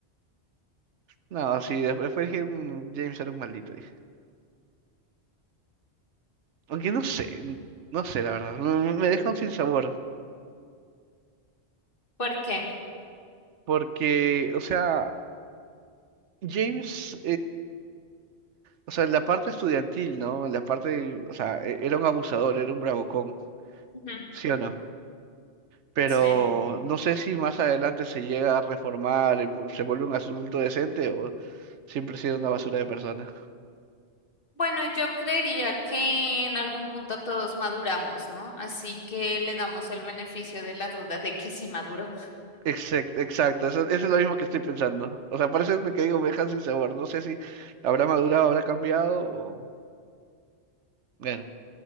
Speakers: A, on the right; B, on the left.
A: No, sí, después, después dije, "Mm, James era un maldito, dije. Aunque no sé, n- no sé, la verdad. Me, me deja un sinsabor.
B: ¿Por qué?
A: Porque, o sea, James O sea, en la parte estudiantil, ¿no? En la parte, o sea, e- era un abusador, era un bravucón,
B: Ujú,
A: ¿sí o no? Pero
B: Sí.
A: no sé si más adelante se llega a reformar, y vu- se vuelve un adulto decente o siempre ha sido una basura de persona.
B: Bueno, yo creería que en algún punto todos maduramos, ¿no? Así que le damos el beneficio de la duda de que sí maduró.
A: Exacto, <laughs> exacto, eso, eso es lo mismo que estoy pensando. O sea, por eso es lo que digo, me dejan sin sabor. No sé si habrá madurado, habrá cambiado o... Bueno,